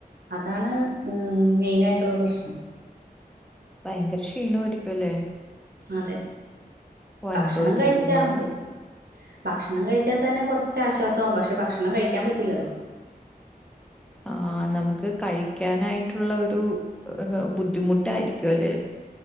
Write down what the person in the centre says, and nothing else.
ഭയങ്കര ക്ഷീണമായിരിക്കുല്ലേ
അനുഭവിച്ചേക്കുന്നോണ്ട്
ആ നമുക്ക് കഴിക്കാനായിട്ടുള്ളാരു ബുദ്ധിമുട്ടായിരിക്കും അല്ലേ